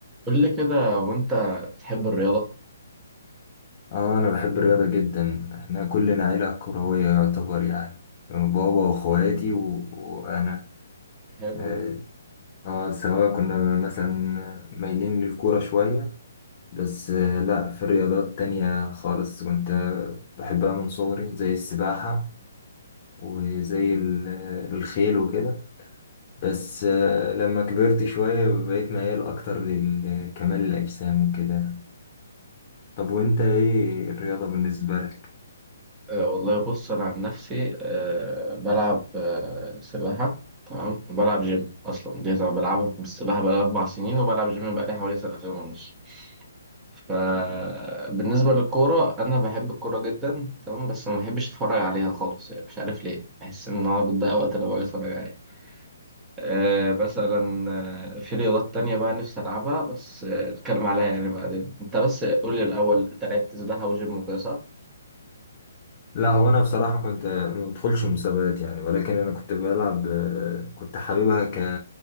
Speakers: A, on the right; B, on the left.
A: قول لي كده وانت بتحب الرياضة
B: اه انا بحب الرياضة جدا احنا كلنا عيلة كروية يعتبر يعني بابا واخواتي و... وانا
A: حلو
B: اه
A: ده
B: آه، سواء كنا مثلا مايلين للكورة شوية بس آه لا في رياضات تانية خالص كنت بحبها من صغري زي السباحة وزي ال- الخيل وكده بس آه لما كبرت شوية بقيت ميال اكتر لكمال الاجسام وكده طب وانت ايه الرياضة بالنسبة لك؟
A: أه والله بص انا عن نفسي أه بلعب أه سباحة تمام وبلعب جيم اصلا دي انا بلعبها بالسباحة بقالي اربع سنين وبلعب جيم بقالي حوالي سنتين ونص فبالنسبة للكورة انا بحب الكورة جدا تمام بس ما بحبش اتفرج عليها خالص يعني مش عارف ليه بحس ان هو بتضيع وقت لو باجي اتفرج عليها آه مثلا آه، في رياضات تانية بقى نفسي ألعبها بس آه، نتكلم عليها يعني بعدين أنت بس قول لي الأول أنت لعبت سباحة وجيم وكده صح؟
B: لا هو انا بصراحه كنت ما بدخلش مسابقات يعني ولكن انا كنت بلعب آه، كنت حاببها ك